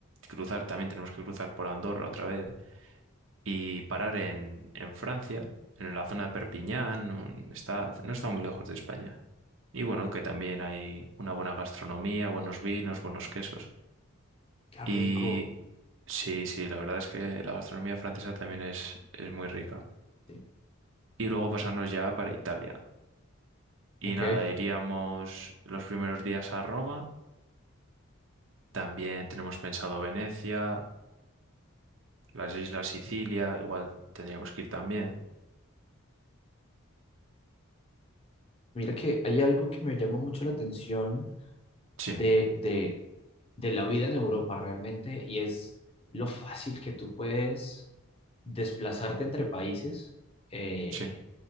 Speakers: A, on the right; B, on the left.
A: cruzar, también tenemos que cruzar por Andorra otra vez y parar en, en Francia, en la zona de Perpiñán, un- está, no está muy lejos de España. Y bueno, que también hay una buena gastronomía, buenos vinos, buenos quesos.
B: Qué
A: Y
B: rico.
A: sí, sí, la verdad es que la gastronomía francesa también es, es muy rica.
B: Sí.
A: Y luego pasarnos ya para Italia. Y
B: Ok.
A: nada, iríamos los primeros días a Roma. También tenemos pensado Venecia, las islas Sicilia, igual tendríamos que ir también.
B: Mira que hay algo que me llama mucho la atención
A: Sí,
B: de, de, de la vida en Europa realmente y es lo fácil que tú puedes desplazarte entre países. Eh,
A: sí,